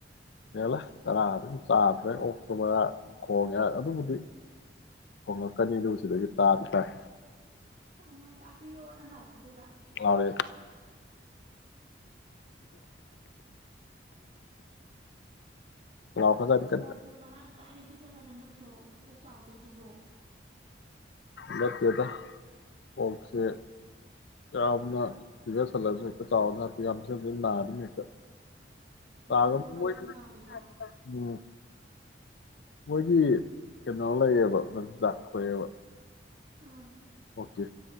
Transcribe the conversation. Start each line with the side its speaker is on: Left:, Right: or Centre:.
Left: ꯍꯦꯜꯂ ꯇꯔꯥ ꯑꯗꯨꯝ ꯆꯥꯗ꯭ꯔꯦ ꯑꯣꯛꯇꯣꯕꯔ ꯈꯣꯡꯉꯦ ꯑꯗꯨꯕꯨꯗꯤ ꯍꯣꯉꯛꯀꯅꯤ ꯑꯗꯨ ꯁꯤꯗꯒꯤ ꯇꯥꯗꯤ ꯇꯥꯏ
Right: ꯑꯣ ꯆꯥꯛꯄꯤꯔꯣꯅ ꯂꯥꯎꯔꯀꯗꯣꯏꯕ
Left: ꯂꯥꯎꯔꯛꯑꯦ ꯂꯥꯎꯔꯛꯀꯖꯥꯠꯗꯤ
Right: ꯃꯆꯤꯟ
Left: ꯀꯟꯅ
Right: ꯖꯥꯛꯇꯣ ꯃꯌꯥꯛ ꯀꯥꯏꯅ ꯄꯤꯖꯔꯒ ꯅꯠꯇ꯭ꯔꯣ ꯑꯣꯛ ꯆꯥꯎꯗꯣꯏꯖꯤꯕꯣ
Left: ꯅꯠꯇꯦꯗ ꯑꯣꯛꯁꯦ ꯌꯥꯝꯅ ꯄꯤꯖꯁꯜꯂꯁꯨ ꯍꯦꯛꯇ ꯆꯥꯎ ꯌꯥꯝ ꯄꯤꯖꯕꯖꯨ ꯅꯥꯗꯣꯏꯅꯤ ꯍꯦꯛꯇ
Right: ꯑꯣ
Left: ꯆꯥꯒꯝ
Right: ꯄꯤꯖꯥ ꯃꯜꯂꯁꯨ
Left: ꯃꯣꯏꯒꯤ
Right: ꯅꯗꯣꯏꯕ
Left: ꯎꯝ ꯃꯣꯏꯒꯤ ꯀꯩꯅꯣ ꯂꯩꯌꯦꯕ ꯃꯆꯤꯟꯖꯥꯛ ꯊꯣꯛꯑꯦꯕ
Right: ꯑꯥ
Left: ꯑꯣꯀꯦ